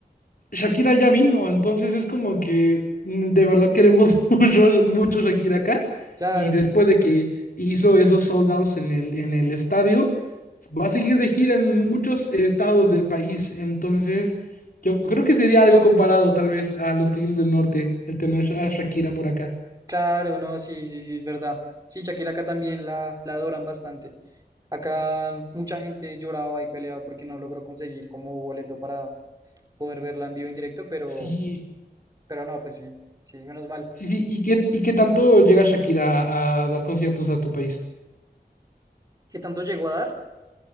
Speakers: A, on the left; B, on the right.
A: Shakira ya vino, entonces es como que mm, de verdad queremos <laughs> mucho, mucho Shakira acá.
B: claro.
A: Y después de que hizo esos sold outs en el, en el estadio, va a seguir de gira en muchos estados del país. Entonces, yo creo que sería algo comparado tal vez a los Tigres del Norte, el tener a Shakira por acá.
B: Claro, no, sí, sí, sí, es verdad. Sí, Shakira acá también la, la adoran bastante. Acá mucha gente lloraba y peleaba porque no logró conseguir como boleto para poder verla en vivo e en directo, pero,
A: Sí,
B: pero no, pues sí, sí, menos mal.
A: sí, sí. ¿Y qué, y qué tanto llega Shakira a, a dar conciertos a tu país?
B: ¿Qué tanto llegó a dar?